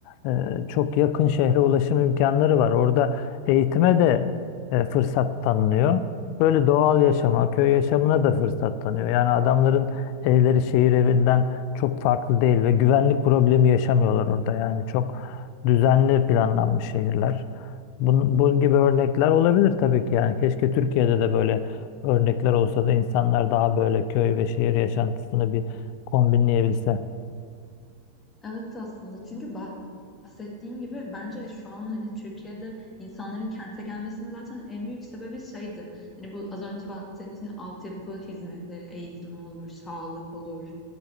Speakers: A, on the left; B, on the left.
A: e, çok yakın şehre ulaşım imkanları var. Orada eğitime de e, fırsat tanınıyor. Böyle doğal yaşama, köy yaşamına da fırsat tanıyor. Yani adamların evleri şehir evinden çok farklı değil ve güvenlik problemi yaşamıyorlar orada. Yani çok düzenli planlanmış şehirler. Bunun, bunun gibi örnekler olabilir tabii ki yani. Keşke Türkiye'de de böyle örnekler olsa da insanlar daha böyle köy ve şehir yaşantısını bir kombinleyebilse.
B: Evet aslında çünkü bahsettiğin gibi bence şu an hani Türkiye'de insanların kente gelmesinin zaten en büyük sebebi şeydi. Hani bu az önce bahsettiğin altyapı hizmetleri, eğitim olur, sağlık olur